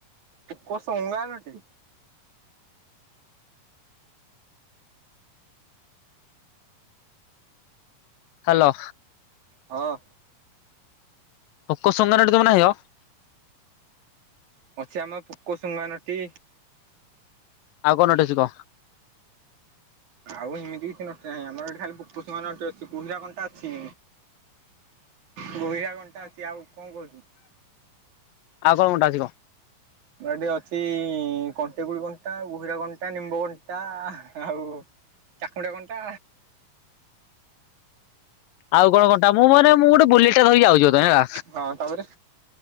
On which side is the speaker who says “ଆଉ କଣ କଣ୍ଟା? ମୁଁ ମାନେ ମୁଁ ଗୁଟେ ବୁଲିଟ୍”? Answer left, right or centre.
Left